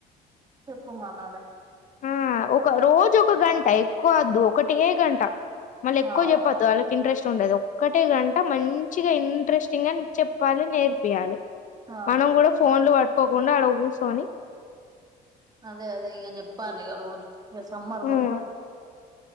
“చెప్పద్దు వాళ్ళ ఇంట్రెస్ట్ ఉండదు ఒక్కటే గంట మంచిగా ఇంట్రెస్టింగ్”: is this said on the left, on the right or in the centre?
Left